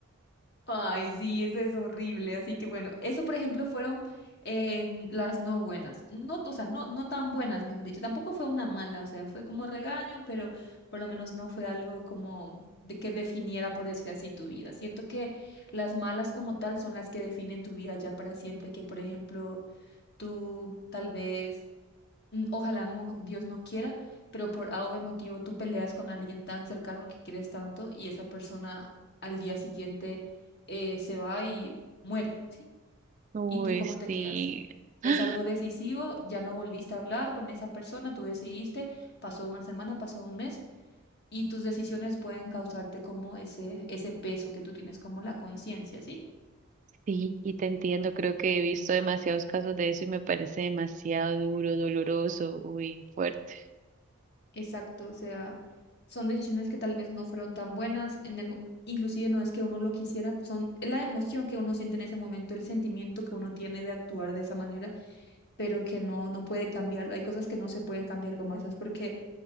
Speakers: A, on the left (about 50°); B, on the right (about 35°).
A: Ay, sí, eso es horrible. Así que bueno, eso por ejemplo fueron eh, las no buenas. No, o sea, no, no tan buenas, mejor dicho. Tampoco fue una mala, o sea, fue como regaño, pero por lo menos no fue algo como de que definiera, por decir así, tu vida. Siento que las malas como tal son las que definen tu vida ya para siempre, que por ejemplo tú tal vez, mm, ojalá no, Dios no quiera, pero por A o B motivo tú peleas con alguien tan cercano que quieres tanto y esa persona al día siguiente eh, se va y muere, ¿sí?
B: Uy,
A: ¿Y tú cómo
B: sí.
A: te quedas? Es
B: <gasps>
A: algo decisivo, ya no volviste a hablar con esa persona, tú decidiste, pasó una semana, pasó un mes y tus decisiones pueden causarte como ese, ese peso que tú tienes como la conciencia, ¿sí?
B: Sí, y te entiendo, creo que he visto demasiados casos de eso y me parece demasiado duro, doloroso, uy, fuerte.
A: Exacto, o sea, son decisiones que tal vez no fueron tan buenas en el mo- inclusive no es que uno lo quisiera, son es la emoción que uno siente en ese momento, el sentimiento que uno tiene de actuar de esa manera, pero que no no puede cambiarlo. Hay cosas que no se pueden cambiar como esas porque